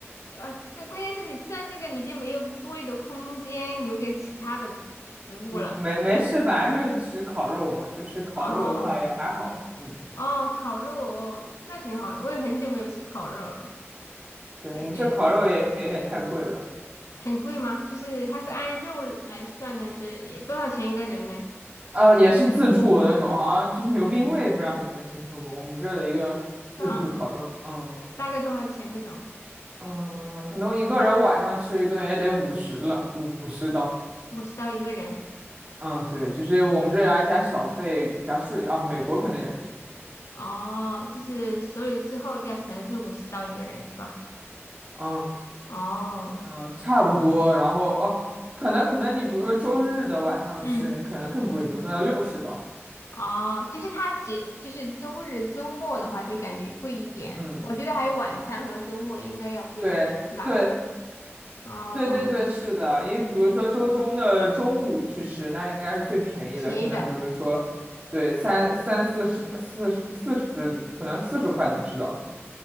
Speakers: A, on the left (about 90°); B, on the right (about 30°).
A: 呃，对，关键是你吃了这个，你就没有多余的空间留给其他的食物了。
B: 嗯没没事，反正就是吃烤肉嘛，就是烤肉的话也还好，
A: 哦
B: 嗯，
A: 哦，烤肉哦，那挺好的。我也很久没有吃烤肉了，
B: 对，
A: 感觉
B: 我们这烤肉也也有点太贵了，
A: 很贵吗？就是它是按肉来算的，还是也多少钱一个人呢？
B: 呃，也是自助的那种，好像就是牛冰味，不知道你有没有听说过，我们这儿的一个自助烤肉，
A: 嗯，
B: 嗯
A: 大大概多少钱这种？
B: 嗯，可能一个人晚上吃一顿也得五十了，五五十刀，
A: 五十刀一个人。
B: 嗯，对，就是我们这儿还加小费加税啊，美国可能也是，
A: 哦，就是所有之后加起来是五十刀一个人是吧？
B: 嗯
A: 哦，
B: 嗯，差不多，然后哦，可能可能你比如说周日的晚上吃，
A: 嗯。
B: 你可能更贵，比如说要六十刀，
A: 哦，就是它节，就是周日、周末的话，就感觉贵一点。
B: 嗯。
A: 我觉得还有晚餐和周末应该要贵一点，
B: 对对
A: 是吧？哦，
B: 对对对，是的，因为比如说周中的中午去吃，那应该是最便宜的，
A: 便宜的，
B: 可能比如说，对，三三四十、四十、四十，可能四十块能吃到吧